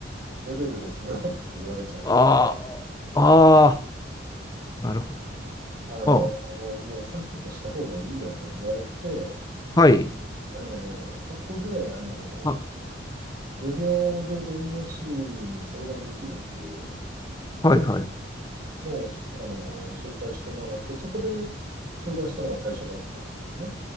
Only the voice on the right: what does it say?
レベルですよって言われちゃって、
あの、
もうさっさとした方がいいよと言われて、
あの、そこで、あの、
無料で弁護士に相談できるっていう、
のを、あの、紹介してもらって、そこで相談したのが最初だったんですね。